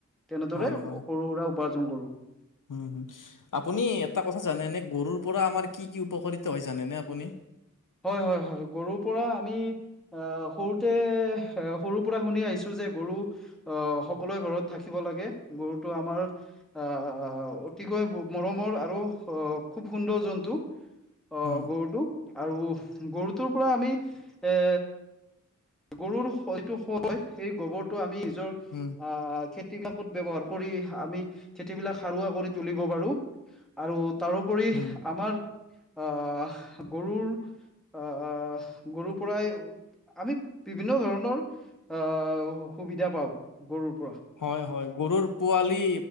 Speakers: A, in the centre; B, on the left.
A: তেনেদৰে
B: হয়
A: সৰু
B: হয়
A: সুৰা উপাৰ্জন কৰোঁ।
B: উম, উম। আপুনি এটা কথা জানেনে, গৰুৰ পৰা আমাৰ কি কি উপকাৰিতা হয় জানেনে আপুনি?
A: হয়, হয়, হয়, গৰুৰ পৰা আমি আহ, সৰুতে এ সৰুৰ পৰা শুনি আহিছো যে গৰু আহ, সকলোৱে ঘৰত থাকিব লাগে। গৰুটো আমাৰ আহ, অতিকৈ মৰমৰ আৰু আ, খুব সুন্দৰ জন্তু। অ',
B: উম,
A: গৰুটো আৰু গৰুটোৰ পৰা আমি এ গৰুৰ সয়টো সয়, সেই গোবৰটো আমি নিজৰ
B: উম।
A: আহ, খেতিবিলাকত ব্যৱহাৰ কৰি আমি, খেতিবিলাক সাৰুৱা কৰি তুলিব পাৰো। আৰু তাৰোপৰি
B: উম।
A: আমাৰ আহ, গৰুৰ আহ, গৰু পৰাই আমি বিভিন্ন ধৰণৰ আহ, সুবিধা পাওঁ গৰুৰ পৰা।
B: হয়, হয় গৰুৰ পোৱালি,